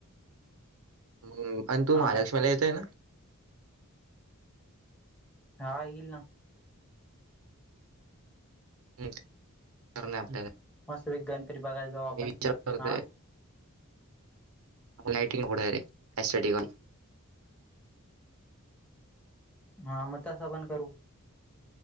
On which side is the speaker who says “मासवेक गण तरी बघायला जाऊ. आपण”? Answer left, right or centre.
Centre